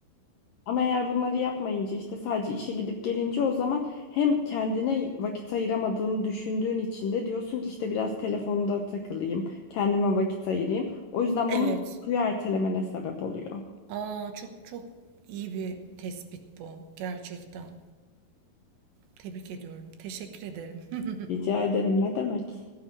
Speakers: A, on the left (about 85°); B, on the right (about 75°).
A: Ama eğer bunları yapmayınca işte sadece işe gidip gelince o zaman hem kendine vakit ayıramadığını düşündüğün için de diyorsun ki işte biraz telefonda takılayım, kendime vakit ayırayım. O yüzden
B: Evet.
A: bunun uykuyu ertelemene sebep oluyor.
B: Aa çok çok iyi bir tespit bu gerçekten. Tebrik ediyorum. Teşekkür ederim. <laughs>
A: Rica ederim ne demek?